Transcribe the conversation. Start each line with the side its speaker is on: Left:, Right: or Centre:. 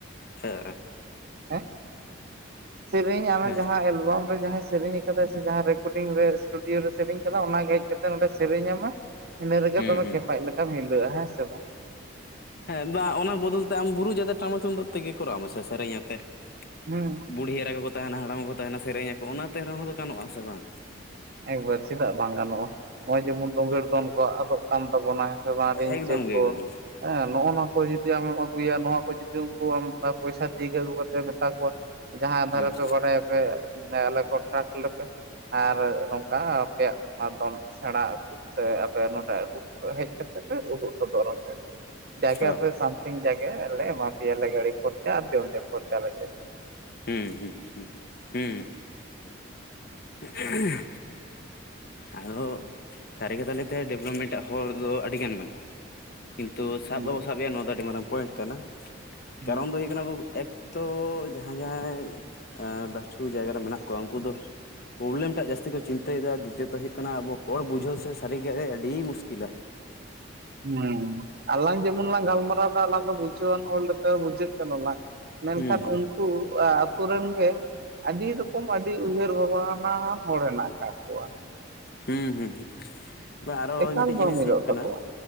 Left: ᱦᱮᱸ
Right: ᱦᱮ ᱥᱮᱨᱮᱧ ᱟᱨᱚ
Left: ᱦᱮᱸ
Right: ᱡᱟᱦᱟᱸ ᱮᱞᱵᱟᱢ ᱨᱮ ᱡᱟᱦᱟᱸᱭ ᱥᱮᱨᱮᱧ ᱥᱮ ᱡᱟᱦᱟᱸ ᱨᱮᱠᱚᱨᱰᱤᱝ ᱨᱮ ᱥᱴᱩᱰᱤᱭᱳ ᱨᱮ ᱥᱮᱨᱮᱧ ᱠᱟᱫᱟ ᱚᱱᱟ ᱦᱮᱡ ᱠᱟᱛᱮ ᱱᱚᱰᱮ ᱥᱮᱨᱮᱧᱢᱟ ᱤᱱᱟᱹ ᱨᱮᱜᱮ
Left: ᱦᱩᱸ
Right: ᱫᱚᱢᱮ
Left: ᱦᱩᱸ
Right: ᱠᱷᱮᱯᱟᱭᱤᱡ ᱞᱮᱠᱟᱢ ᱦᱤᱞᱟᱹᱜᱼᱟ ᱦᱮᱸ ᱥᱮ ᱵᱟᱝ
Left: ᱦᱮᱸ ᱵᱟᱝ ᱚᱱᱟ ᱵᱚᱫᱚᱞ ᱛᱮ ᱟᱢ ᱵᱩᱨᱩ ᱡᱟᱛᱮ ᱴᱟᱢᱟᱠ ᱛᱩᱢᱫᱟᱜ ᱛᱮᱜᱮ ᱠᱚᱨᱟᱣ ᱟ ᱢᱮᱥᱮ ᱥᱮᱨᱮᱧ ᱟᱛᱮ ᱾
Right: ᱦᱩᱸ
Left: ᱵᱩᱲᱦᱤ ᱮᱨᱟ ᱠᱚᱠᱚ ᱛᱟᱦᱮᱱᱟ ᱦᱟᱲᱟᱢ ᱠᱚᱠᱚ ᱛᱟᱦᱮᱱᱟ ᱥᱮᱨᱮᱧ ᱟᱠᱚ ᱚᱱᱟᱛᱮ ᱨᱮᱦᱚᱸ ᱫᱚ ᱜᱟᱱᱚᱜ ᱟᱥᱮ ᱵᱟᱝ ᱾
Right: ᱮᱠᱵᱟᱨᱮ ᱪᱮᱫᱟᱜ ᱵᱟᱝ ᱜᱟᱱᱚᱜᱼᱟ ᱱᱚᱜᱼᱚᱭ ᱡᱮᱢᱚᱱ ᱫᱩᱜᱟᱹᱲ ᱫᱚᱱ ᱠᱚᱣᱟᱜ ᱟᱫᱚᱜ ᱠᱟᱱ ᱛᱟᱵᱚᱱᱟ ᱥᱮ ᱵᱟᱝ ᱨᱤᱡᱟᱹ
Left: ᱮᱠᱫᱚᱢ
Right: ᱠᱚ
Left: ᱜᱮ ᱮᱠᱫᱚᱢ ᱜᱮ
Right: ᱦᱮᱸ ᱱᱚᱜᱼᱚ ᱱᱚᱣᱟ ᱠᱚ ᱡᱩᱫᱤ ᱟᱢᱮᱢ ᱟᱹᱜᱩᱭᱟ ᱱᱚᱣᱟ ᱠᱚ ᱡᱩᱫᱤ ᱩᱱᱠᱩ ᱟᱢ ᱯᱚᱭᱥᱟ ᱫᱤᱭᱮ ᱟᱹᱜᱩ ᱠᱟᱛᱮ ᱢᱮᱛᱟ ᱠᱚᱣᱟ ᱡᱟᱦᱟᱸ ᱫᱷᱟᱨᱮ
Left: ᱦᱩᱸ
Right: ᱯᱮ ᱵᱟᱲᱟᱭᱟᱯᱮ ᱟᱞᱮ ᱠᱚᱱᱴᱨᱟᱠᱴ ᱞᱮᱯᱮ ᱟᱨ ᱱᱚᱝᱠᱟ ᱟᱯᱮᱭᱟᱜ ᱚᱱᱟ ᱫᱚ ᱥᱮᱬᱟ ᱟᱹᱜᱩ ᱥᱮ ᱟᱯᱮ ᱱᱚᱰᱮ ᱟᱹᱜᱩ ᱦᱮᱡ ᱠᱟᱛᱮ ᱯᱮ ᱩᱫᱩᱜ ᱥᱚᱫᱚᱨᱟᱯᱮ ᱡᱮ
Left: ᱦᱳᱭ
Right: ᱟᱯᱮ ᱥᱟᱱ ᱛᱤᱱ ᱡᱟᱜᱮ ᱞᱮ ᱮᱢᱟ ᱯᱮᱭᱟᱞᱮ ᱜᱟᱹᱲᱤ ᱠᱷᱚᱨᱪᱟ ᱟᱨ ᱡᱚᱢᱼᱧᱩ ᱠᱷᱚᱨᱪᱟ ᱞᱮ
Left: ᱦᱮᱸ ᱦᱮᱸ ᱦᱮᱸ ᱦᱩᱸ ᱟᱫᱚ ᱥᱟᱹᱨᱤ ᱠᱟᱛᱷᱟ ᱞᱟᱹᱭ ᱛᱮ ᱰᱮᱵᱷᱞᱚᱯᱢᱮᱱᱴ ᱟᱜ ᱦᱚᱨ ᱫᱚ ᱟᱹᱰᱤᱜᱟᱱ ᱢᱮᱱᱟᱜᱼᱟ ᱠᱤᱱᱛᱩ ᱥᱟᱵ
Right: ᱦᱩᱸ
Left: ᱵᱟᱵᱚ ᱥᱟᱵ ᱮᱼᱟ ᱱᱚᱣᱟ ᱫᱚ ᱟᱹᱰᱤ ᱢᱟᱨᱟᱝ ᱯᱚᱭᱮᱱᱴ ᱠᱟᱱᱟ
Right: ᱦᱩᱸ
Left: ᱠᱟᱨᱚᱱ ᱫᱚ ᱦᱩᱭᱩᱜ ᱠᱟᱱᱟ ᱮᱠ ᱛᱚ ᱡᱟᱦᱟᱸ ᱡᱟᱦᱟᱸᱭ ᱞᱟᱹᱴᱷᱩ ᱡᱟᱭᱜᱟ ᱨᱮ ᱢᱮᱱᱟᱜ ᱠᱚᱣᱟ ᱩᱱᱠᱩ ᱫᱚ ᱯᱨᱚᱵᱞᱮᱢ ᱴᱟᱜ ᱡᱟᱹᱥᱛᱤ ᱠᱚ ᱪᱤᱱᱛᱟᱹ ᱫᱤᱛᱟᱹᱭᱟ ᱫᱤᱛᱤᱭᱚ ᱦᱩᱭᱩᱜ ᱠᱟᱱᱟ ᱟᱵᱚ ᱦᱚᱲ ᱵᱩᱡᱷᱟᱹᱣ ᱥᱮ ᱥᱟᱹᱨᱤᱜᱮ ᱟᱹᱰᱤ ᱢᱩᱥᱠᱤᱞᱟ ᱾
Right: ᱦᱮᱸ ᱟᱞᱟᱝ ᱡᱮᱢᱚᱱᱞᱟᱝ ᱜᱟᱞᱢᱟᱨᱟᱣᱫᱟ ᱟᱞᱟᱝ ᱫᱚ ᱵᱩᱡᱷᱣᱟᱱ ᱦᱚᱲ ᱞᱮᱠᱟ ᱵᱩᱡᱷᱟᱜ ᱠᱟᱱᱟᱞᱟᱝ ᱢᱮᱱᱠᱷᱟᱱ
Left: ᱦᱩᱸ
Right: ᱩᱱᱠᱩ ᱟᱛᱳ ᱨᱮᱱ ᱜᱮ ᱟᱹᱰᱤ ᱨᱚᱠᱚᱢ ᱟᱹᱰᱤ ᱩᱭᱦᱟᱹᱨ ᱵᱷᱟᱵᱱᱟ ᱦᱚᱲ ᱦᱮᱱᱟᱜ ᱟᱠᱟᱫ ᱠᱚᱣᱟ ᱾
Left: ᱦᱩᱸ ᱦᱩᱸ ᱦᱩᱸ ᱟᱨᱚ
Right: ᱮᱠᱟᱞ
Left: ᱢᱤᱫᱴᱮᱡ
Right: ᱵᱟᱝ
Left: ᱡᱤᱱᱤᱥ
Right: ᱢᱤᱞᱚᱜ
Left: ᱦᱩᱭᱩᱜ
Right: ᱛᱟᱠᱚᱣᱟ
Left: ᱠᱟᱱᱟ